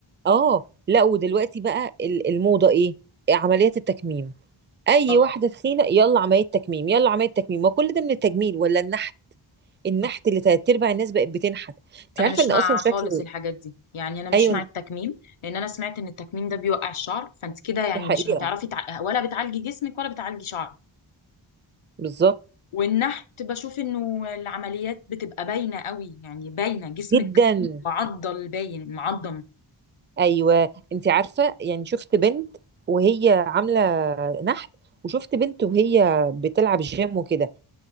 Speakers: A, on the right; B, on the left.
A: اه لا ودلوقتي بقى ال- الموضه ايه عمليات التكميم اي
B: اه
A: واحده تخينه يلا عمليه تكميم يلا عمليه تكميم ما كل ده من التجميل ولا النحت النحت
B: صح
A: اللي تلات ارباع الناس بقت بتنحت انت
B: انا
A: عارفه
B: مش
A: ان
B: مع
A: اصلا شكل
B: خالص الحاجات دي يعني انا مش
A: ايوه
B: مع التكميم لان انا سمعت ان التكميم ده بيوقع الشعر فانت كده يعني
A: دي حقيقه
B: مش هتعرفي تع... ولا بتعالجي جسمك ولا بتعالجي شعرك
A: بالظبط
B: والنحت بشوف انه العمليات بتبقى باينة قوي يعني باينة جسمك
A: جدا
B: معضل باين معضم
A: ايوه انت عارفه يعني شفت بنت وهي عامله نحت وشفت بنت وهي بتلعب جيم وكده